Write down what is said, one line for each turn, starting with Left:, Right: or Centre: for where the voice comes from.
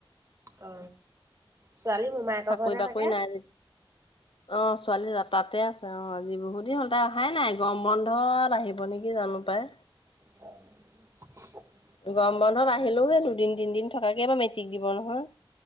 Right: অ ছোৱালী মোমায়েকৰ
Left: চাকৰি
Right: ঘৰতে
Left: বাকৰি
Right: থাকে
Left: নাই যে <unintelligible> অ' ছোৱালী তাতে আছে। অ', আজি বহুত দিন হল। তাই অহাই নাই, গৰম বন্ধত আহিব নেকি? জানো পাই।
Right: <inaudible>
Left: গৰম বন্ধত আহিলেও, সেই দুদিন তিনদিন থকাকে এবাৰ মেট্ৰিক দিব নহয়।